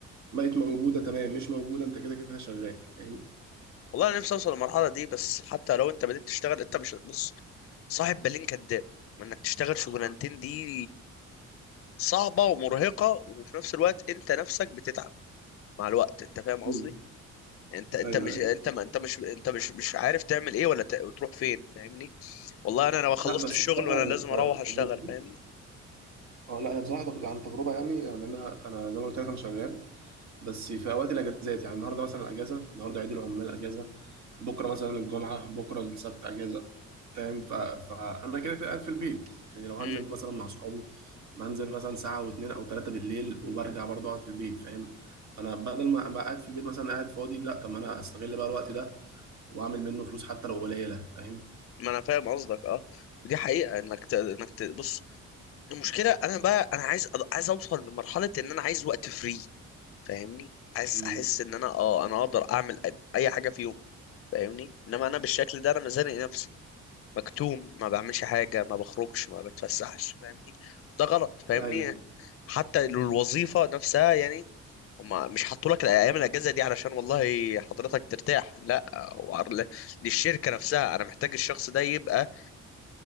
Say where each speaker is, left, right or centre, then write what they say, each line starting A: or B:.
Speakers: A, on the right; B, on the left.
A: بقت موجودة تمام مش موجودة انت كده كده شغال فاهم
B: والله انا نفسي اوصل للمرحلة دي بس حتى لو انت بدأت تشتغل انت مش بص صاحب بالين كداب ما انك تشتغل شغلانتين دي صعبة ومرهقة وفي نفس الوقت انت نفسك بتتعب مع الوقت انت فاهم قصدي
A: مم.
B: انت انت
A: ايوه
B: مش
A: ايوه
B: انت ما انت مش انت مش مش عارف تعمل ايه ولا ت... وتروح فين فاهمني والله انا لو خلصت
A: لا بس
B: الشغل
A: بصراحة
B: وانا
A: يعني
B: لازم
A: ت-
B: اروح اشتغل
A: تجربتي
B: فاهمني
A: اه لا هي بصراحة تج- عن تجربة يعني يعني انا انا زي ما قلت لك انا شغال بس في اوقات الاجازات يعني النهارده مثلا اجازة النهارده عيد العمال اجازة بكرة مثلا الجمعة بكرة السبت اجازة فاهم ف... فانا كده كده قاعد في البيت يعني لو هنزل
B: امم
A: مثلا مع اصحابي بنزل مثلا ساعة واتنين او تلاتة بالليل وبرجع برضه اقعد في البيت فاهم انا بدل ما ابقى قاعد في البيت مثلا قاعد فاضي لا طب ما انا استغل بقى الوقت ده واعمل منه فلوس حتى لو قليله فاهم
B: ما انا فاهم قصدك اه ودي حقيقة انك ت... انك ت... بص المشكلة انا بقى انا عايز أ- عايز اوصل لمرحلة ان انا عايز وقت فري فاهمني عايز
A: امم
B: احس ان انا اه انا اقدر اعمل اي أي حاجة في يوم فاهمني انما انا بالشكل ده انا مزنق نفسي مكتوم ما بعملش حاجة ما بخرجش ما بتفسحش فاهمني ده غلط فاهمني
A: ايوه
B: حتى الوظيفة نفسها يعني هما مش حطوا لك الايام الاجازه دي علشان والله حضرتك ترتاح لا هو عر- للشركه نفسها انا محتاج الشخص ده يبقى